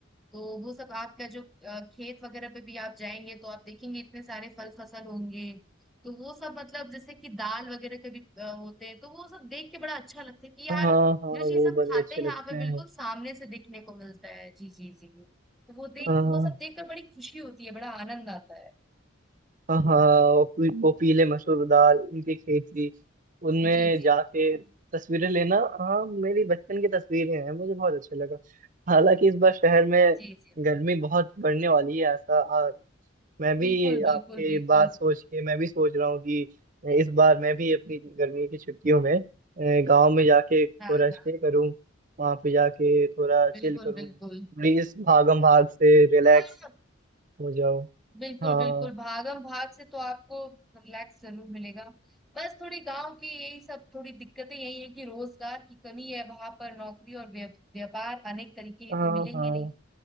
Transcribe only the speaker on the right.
हाँ हाँ,
वो
बड़े
अच्छे
लगते
हैं
हाँ,
हाँ वो पी- वो पीले मसूर दाल उनकी खेती उनमें
जाके तस्वीरें लेना हाँ मेरी बचपन की तस्वीरें हैं मुझे बहुत अच्छा लगा हालांकि इस बार शहर में
गर्मी बहुत बढ़ने वाली है ऐसा और मैं भी
आपके
बात सोच के मैं भी सोच रहा हूँ कि इस बार मैं भी अपनी गर्मी की छुट्टियों में गांव में जाके थोड़ा
स्टे
करूँ वहाँ पे जाके थोड़ा चिल
करूँ
प्लीज भागम भाग से रिलैक्स
हो जाओ
हाँ
हाँ
हाँ